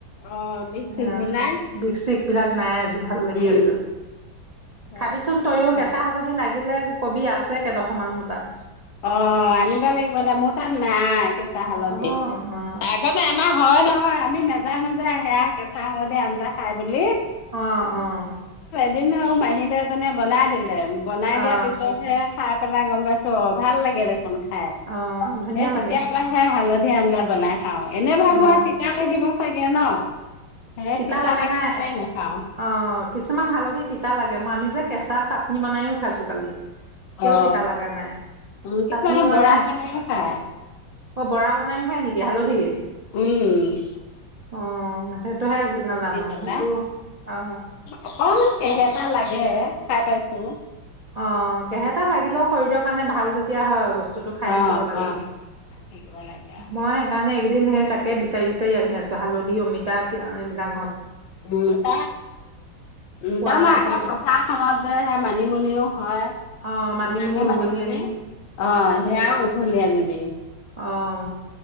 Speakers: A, on the left (about 85°); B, on the right (about 65°).
A: অ বিষ চিষ
B: অ,
A: বিলাক
B: বিসিক বিলাক নাই ভাল লাগি
A: উম
B: আছে
A: ঘৰলে
B: খাবিচোন
A: খাই
B: তইও
A: থাকিব লাগে
B: কেঁচা হালধি লাগিলে কবি আছে আছে কেইডোখমান মোৰ টাত
A: অ আনিব লাগিব দে মোৰ তাত নাই কেঁচা হালধি
B: অ অ
A: আগতে আমাৰ হয় ন অ আমি নেজানো যে সেয়া কেঁচা হালধি আঞ্জা খাই বুলি
B: আহ আহ
A: এদিনা আৰু মাহীদৈ‌ এজনীয়ে বনাই দিলে বনাই
B: অ
A: দিয়া পিছতহে খাই পেলাই গম পাইছো আৰু ভাল লাগে দেখোন খায়
B: অ
A: সে
B: ধুনীয়া
A: তেতিয়া
B: লাগে
A: পাহে হালধি যি আঞ্জা বনাই অ এনে ভাবো
B: অ
A: আ তিতা লাগিব চাগে ন সেই
B: তিতা লাগা
A: লাগে
B: নাই
A: বুলিয়ে নাখাওঁ
B: অ কিছুমান হালধি তিতা লাগে মই আমি যে কেঁচা চাটনি বনাইও খাইছো কালি তেও
A: অ
B: তিতা লগা নাই
A: উ
B: চাটনিও
A: কিছুমানে
B: মানে
A: বৰা কণীও খায়
B: অ বৰা বনাইও খাই নেকি হালধি
A: উম
B: অ সেইটোহে নাজানো
A: পেলা
B: সেইটো অ
A: অকনমান কেহেটা লাগে গে খাই পাইছো
B: অ কেহেটা লাগিলেও শৰীৰৰ কাৰণে ভাল যেতিয়া হয় বস্তু বস্তোটো খাই
A: অ
B: থাকিব লাগে
A: অ। খাই থাকিব লাগে আ
B: মই সেইকাৰণে এইকেইদিন তাকে বিচাৰি বিচাৰি আনি আছো হালধি অমিতা এইবিলাক হত
A: উম ত উ
B: পোৱা
A: ত মে
B: নাই
A: আগে
B: খালি
A: প্ৰথাৰখনত যেহে মানিমুনিও হয়
B: অ মানিমুনি
A: ডাঙৰ
B: উঘলি
A: মানিমুনি
B: আনি
A: অ সেয়া উঘ কি আনিবি
B: আহ